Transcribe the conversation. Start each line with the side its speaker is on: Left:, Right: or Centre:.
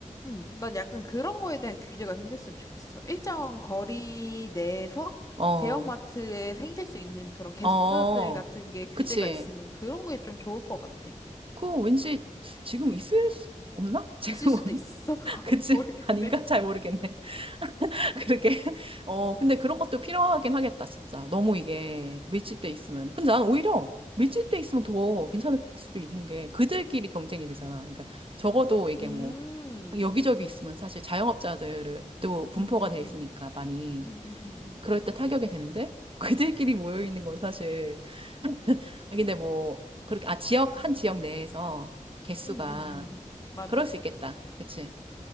Left: 음, 난 약간 그런 거에 대한 규제가 생겼으면 좋겠어. 일정 거리 내에서
Right: 어.
Left: 대형마트에 생길 수 있는 그런 개수들
Right: 어.
Left: 같은 게 규제가
Right: 그치.
Left: 있으면 그런 게 좀 좋을 것 같아.
Right: 그거 왠지 지금 있을 수 없나? <laughs> 지금
Left: 있을 수도
Right: 없나?
Left: 있어. <laughs>
Right: 그치?
Left: 모르겠네.
Right: 아닌가? 잘 모르겠네. <laughs> 그렇게. 어, 근데 그런 것도 필요하긴 하겠다, 진짜. 너무 이게 밀집돼 있으면. 근데 난 오히려 밀집돼 있으면 더 괜찮을 수도 있는 게 그들끼리 경쟁이 되잖아. 그러니까 적어도 이게
Left: 음,
Right: 뭐 여기저기 있으면 사실 자영업자들도 분포가
Left: 음, 음,
Right: 돼 있으니까
Left: 음,
Right: 많이
Left: 음, 음, 음,
Right: 그럴
Left: 음,
Right: 때 타격이 되는데 <laughs> 그들끼리 모여 있는 건 사실. 아, 근데 뭐 그렇게 아 지역 한 지역 내에서 개수가
Left: 음, 음, 음. 맞아.
Right: 그럴 수 있겠다. 그치?